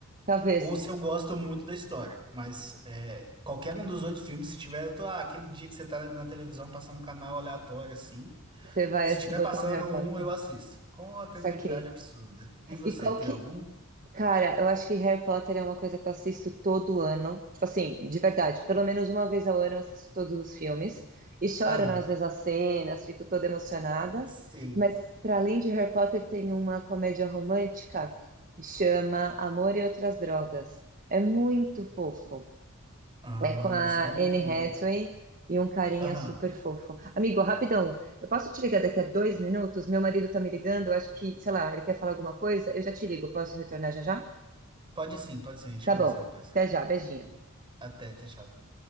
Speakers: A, on the right (about 40°); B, on the right (about 25°).
A: Talvez.
B: Ou se eu gosto muito da história. Mas é, qualquer um dos oito filmes, se tiver, eu tô. Ah, aquele dia que você tá na televisão passando canal aleatório assim.
A: Você vai
B: Se tiver
A: botar
B: passando
A: um Harry
B: um,
A: Potter.
B: eu assisto. Com uma tranquilidade
A: Saquei.
B: absurda. E você,
A: E qual
B: tem
A: que.
B: algum?
A: Cara, eu acho que Harry Potter é uma coisa que eu assisto todo ano. Tipo assim, de verdade, pelo menos uma vez ao ano eu assisto todos os filmes. E choro
B: Aham.
A: nas mesmas cenas, fico toda emocionada.
B: Sei.
A: Mas, para além de Harry Potter, tem uma comédia romântica que chama Amor e Outras Drogas. É muito fofo.
B: Ah,
A: É com a
B: esse eu não
A: Anne
B: vi.
A: Hathaway e um carinha
B: Aham.
A: super fofo. Amigo, rapidão, eu posso te ligar daqui a dois minutos? Meu marido tá me ligando, eu acho que, sei lá, ele quer falar alguma coisa? Eu já te ligo, posso retornar já já?
B: Pode sim, pode sim. A gente
A: Tá
B: conversa
A: bom,
B: depois.
A: até já, beijinho.
B: Até, tchau, tchau.